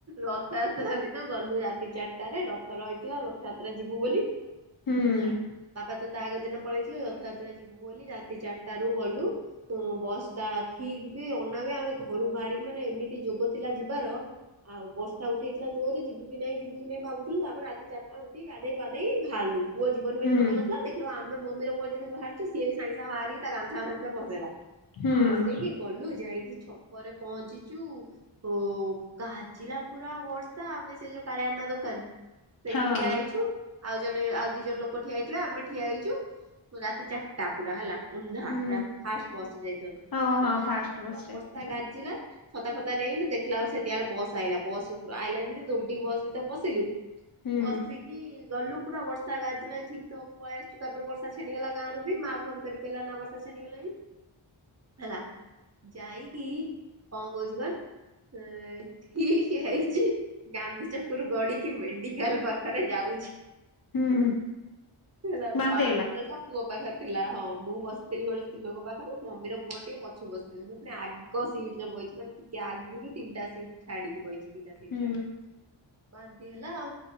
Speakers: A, on the right; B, on the left.
A: ରଥଯାତ୍ରା ଦିନ ଗଲୁ ରାତି ଚାରି ଟା ରେ ରଥ ରହିଥିଲା ରଥଯାତ୍ରା ଯିବୁ ବୋଲି
B: ହୁଁ
A: ହେଲା। ବାପା ତ ତା ଆଗ ଦିନ ପଳେଇଥିଲେ। ରଥଯାତ୍ରା ଯିବୁ ବୋଲି ରାତି ଚାରିଟାରୁ ଗଲୁ। ବସ୍ ଟା ଠିକ ବେ ଅନା ବେ ଆମେ ଘରୁ ବାହାରିକି ମାନେ ଏମିତି ଯୋଗ ଥିଲା ଯିବାର ଆଉ ବର୍ଷା ଉଠେଇଥିଲା ଜୋରେ, ଯିବୁ କି ନାଇଁ, ଯିବୁ କି ନାଇଁ ଭାବୁଥିଲୁ। ତାପରେ ରାତି ଚାରିଟା ଧୈ ପାଦେଇ ଭାରିଲୁ। ପୁଅ ଯିବନି ବୋଲି
B: ହୁଁ
A: ମନା କରୁଥିଲା। ଦେଖିଲା, ଆମେ ମମି ର ମୋର ଯେମିତି ବାହାରିଚୁ ସିଏ ବି ସାଙ୍ଗେ, ସାଙ୍ଗ ବାହାରି ତା ଗାମୁଛା ଫାମୁଛା ପସେଇଲା।
B: ହୁଁ
A: ପସେଇକି ଗଲୁ। ଯାଇକି ଛ ପରେ ପହଞ୍ଚିଚୁ ଓ କାଜିଲା ପୁରା ବର୍ଷା। ଆମେ ସେ ଯ କାଳିଆନା ଦୋକାନ। ସେଇଠି
B: ହଁ।
A: ଠିଆ ହେଇଛୁ ଆଉ ଜଣେ, ଆଉ ଦି ଜଣ ଲୋକ ଠିଆ ହେଇଥିଲା ଆମେ ଠିଆ ହେଇଚୁ। ରାତି ଚାରିଟା ପୁରା ହେଲା। ଅନ୍ଧାର।
B: ହୁଁ
A: ଫାଷ୍ଟ ବସ ଯାଇଥଲୁ।
B: ହଁ ହଁ
A: ଅନ୍ଧାର
B: ଫାଷ୍ଟ
A: ଥିଲା
B: ବସ୍
A: ପୁର
B: ଟା
A: ବସ୍ତା ଗା ଜିଲା। ଛତା ଫତା ଦେଇନୁ ଦେଖିଲା ବେଳକୁ ସେତେବଳେ ବସ ଆଇିଲା ବସ ଆଇଲା ଯେମିତି ଦୋଡି ବସ୍ ଭିତରେ ବସିଲୁ।
B: ହୁଁ
A: ବସି କି କି ଗଲୁ ପୁରା ବର୍ଷା ଗାଜିଲା। ଠିକ ତ ପଳେଇ ଆସୁ ତାପରେ, ବର୍ଷା ଛାଡିଗଲା ଗାଁରୁ ବି। ମା ଫୋନ କରିକି କଇଲା ନା ବର୍ଷା ଛାଡ଼ି ଗଲାଣି, ହେଲା। ଯାଇକି କଣ କହୁଚି କ ହଁ, ଠିକ ହେଇଚି, ଗାନ୍ଧି ଛକରୁ ଗଡିକି ମେଡିି ପାଖରେ ଯାଉଚି
B: ହୁଁ
A: ହେଲେ ଆ
B: ବାନ୍ତି
A: ପାଣି
B: ହେଲା
A: ବୋଟଲ ଟା ପୁଅ ପାଖରେ ଥିଲା ହଁ ମୁଁ ବସିଥିଲି ଗୋଟେ ସ୍ତ୍ରୀଲୋକ ପାଖରେ। ମମିର, ପୁଅର ଟିକେ ପଛକୁ ବସି ଥିଲେ। ମୁଁ ପୁଣି ଆଗ ସିଟ୍ ରେ ବଇଛି। ମାନେ ଟିକେ ଆଗରୁ ତିନିଟା ସିଟ୍ ଛାଡିକି ବଇଚି। ଦି ଟା ସିଟ୍
B: ହୁଁ
A: ଛାଡି କି। ବାନ୍ତି ହେଲା ଆଉ।